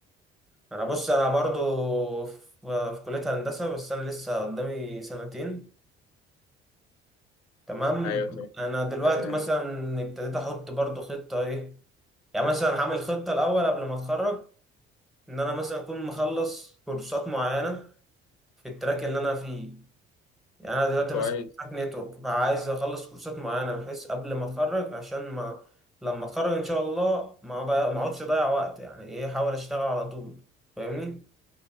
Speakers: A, in the centre; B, on the left.
A: انا بص انا برضو في في كلية هندسة بس انا لسه قدامي سنتين تمام
B: أيوه تمام
A: انا دلوقتي
B: تمام
A: مثلا ابتديت احط برضو خطة ايه يعني مثلا هعمل خطة الاول قبل ما اتخرج ان انا مثلا اكون مخلص كورسات معينة في التراك اللي انا فيه يعني انا دلوقتي
B: كويس
A: مثلا في بتاعت نتورك فعايز اخلص كورسات معينه بحيث قبل ما اتخرج عشان ما لما اتخرج ان شاء الله ما بقى- ما اقعدش اضيع وقت يعني ايه احاول اشتغل على طول فاهمني